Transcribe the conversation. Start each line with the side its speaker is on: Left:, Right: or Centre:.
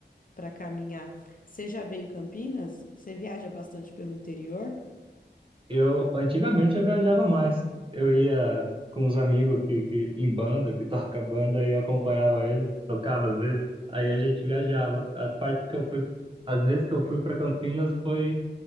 Left: para caminhar. Você já veio em Campinas? Você viaja bastante pelo interior?
Right: Eu antigamente eu viajava mais. Eu ia com uns amigos que, que em banda, que <laughs> toca banda, e eu acompanhava eles, tocava às vezes. Aí a gente viajava. As partes que eu fui, às vezes que eu fui para Campinas foi